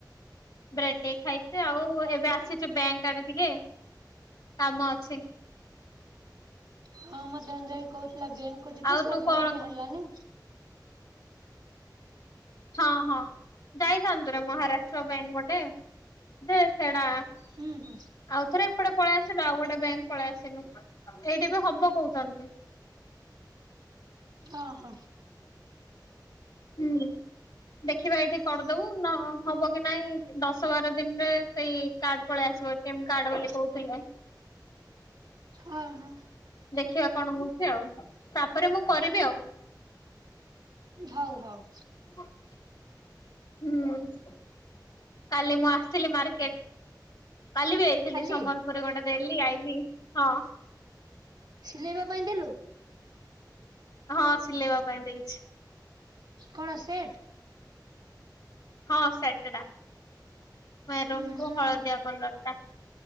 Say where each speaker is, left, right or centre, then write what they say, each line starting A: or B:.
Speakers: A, on the left; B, on the right.
A: ବ୍ରେଡ ଟିକେ ଖାଇଛି ଆଉ ଏବେ ଆସିଛୁ ବ୍ୟାଙ୍କ ଆଡେ ଟିକେ। କାମ ଅଛି।
B: ହଁ ମତେ ଅଞ୍ଜଳି କହୁଥିଲା ବ୍ୟାଙ୍କ କୁ ଯିବୁ
A: ଆଉ
B: ସେ
A: ତୁ କଣ
B: ବ୍ୟାଙ୍କ ରେ ହେଲାନି।
A: ହଁ ହଁ ଯାଇଥାନ୍ତୁ ମହାରାଷ୍ଟ୍ର ବ୍ୟାଙ୍କ ଗୋଟେ ଯେ ସେଟା।
B: ହୁଁ ହୁଁ।
A: ଆଉ ଥରେ ଏପଟେ ପଳେଇ ଆସିଲୁ ଆଉ ଗୋଟେ ବ୍ୟାଙ୍କ ପଳେଇ ଆସିଲୁ ଏଇଠି ବି ହବ କହୁଛନ୍ତି।
B: ଅ ହଁ।
A: ହୁଁ ଦେଖିବା ଏଇଠି କରିଦବୁ ନ ହବ କି ନାଇଁ ଦଶ ବାର ଦିନରେ ସେଇ କାର୍ଡ ପଳେଇ ଆସିବ ଏ ଟି ଏମ କାର୍ଡ ବୋଲି କହୁଥିଲେ।
B: ଅ ହଁ।
A: ଦେଖିବା କଣ ହଉଛି ଆଉ ତାପରେ ମୁଁ କରିବି ଆଉ।
B: ହଉ ହଉ।
A: ହୁଁ। କାଲି ମୁଁ ଆସଥିଲି ମାର୍କେଟ। କାଲି ବି ଆଇଥିଲି
B: କାଲି
A: ସମ୍ବଲପୁର ଗୋଟେ ଦେଲି ଆଇଲିି ହଁ।
B: ସିଲେଇବା ପାଇଁ ଦେଲୁ।
A: ହଁ ସିଲେଇବା ପାଇଁ ଦେଇଛି।
B: କଣ ସେଟ।
A: ହଁ ସେଟଟା ମେରୁନ୍
B: ହୁଁ
A: କୁ
B: ହୁଁ
A: ହଳଦିଆ କଲର ଟା।